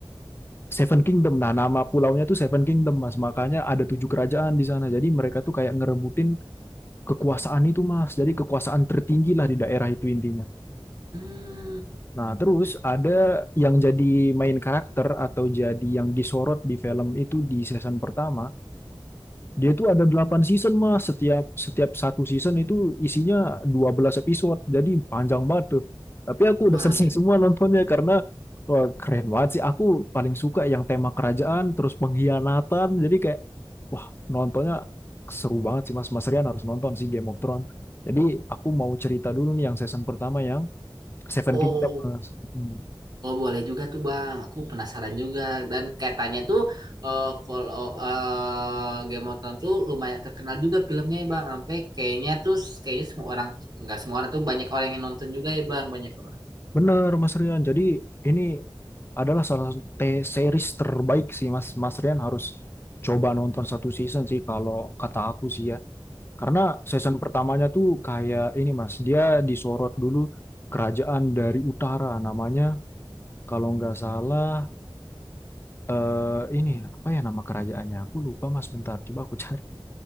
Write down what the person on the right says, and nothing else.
Hmm,
wah,
habis
oh,
oh boleh juga tuh bang. Aku penasaran juga dan katanya tuh eh, kalau eh, Game of Thrones tuh lumayan terkenal juga filmnya ya bang. Sampai kayaknya tuh kayaknya semua orang nggak semua orang tuh banyak orang yang nonton juga ya bang, banyak orang.